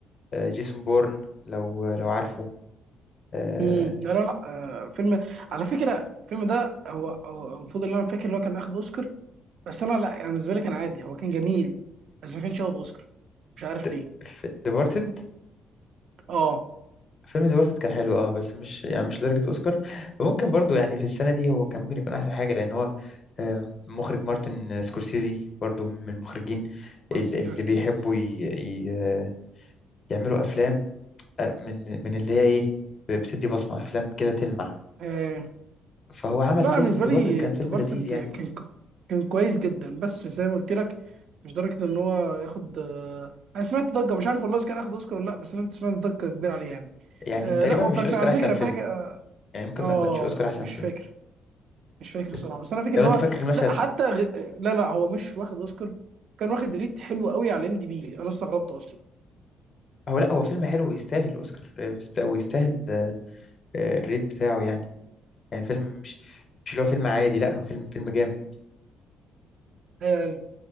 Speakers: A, on the left; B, on the right.
A: آه، جيسون بورن لو لو عارفه آه،
B: مم، لا لا لا آه فيلم على فكره الفيلم ده هو هو المفروض اللي انا فاكر اللي هو كان اخد اوسكار بس انا لا يعني بالنسبه لي كان عادي هو كان جميل بس ما كانش ياخد اوسكار مش عارف
A: د-
B: ليه
A: ف- ديبارتد
B: اه
A: فيلم ديبارتد كان حلو اه بس مش يعني مش لدرجة اوسكار ممكن برضو يعني في السنة دي هو كان ممكن يكون احسن حاجة لان هو آه، مخرج مارتن سكورسيزي برضو من المخرجين
B: مارتن
A: ال- اللي
B: تركيز
A: بيحبوا ي... ي... يعملوا افلام آه، من من اللي هي ايه بتدي بصمة افلام كده تلمع
B: آه.
A: فهو عمل
B: لا
A: فيلم
B: بالنسبه
A: ديبارتد
B: لي
A: كان
B: ديبارتد
A: فيلم لذيذ يعني
B: كان كان كويس جدا بس زي ما قلت لك مش درجه ان هو ياخد آه. انا سمعت ضجه مش عارف والله اذا كان اخد اوسكار ولا لا بس انا كنت سمعت ضجه كبيره عليه يعني
A: يعني
B: آه.
A: تقريبا
B: لا هو
A: مش
B: في-
A: اوسكار
B: على
A: احسن
B: فكره
A: فيلم
B: في حاجه
A: يعني ممكن
B: اه
A: ما يكونش اوسكار
B: لا
A: احسن
B: مش
A: فيلم
B: فاكر مش فاكر
A: بس
B: صراحه بس انا فاكر
A: لو
B: اللي
A: انت
B: هو
A: فاكر المشهد
B: لا حتى غ... لا لا هو مش واخد اوسكار كان واخد ريت حلو قوي على ام دي بي انا استغربت اصلا
A: هو لا هو فيلم حلو ويستاهل اوسكار ويست- ويستاهل آه، الريت بتاعه يعني يعني فيلم مش مش اللي هو فيلم عادي لا هو فيلم فيلم جامد
B: آه،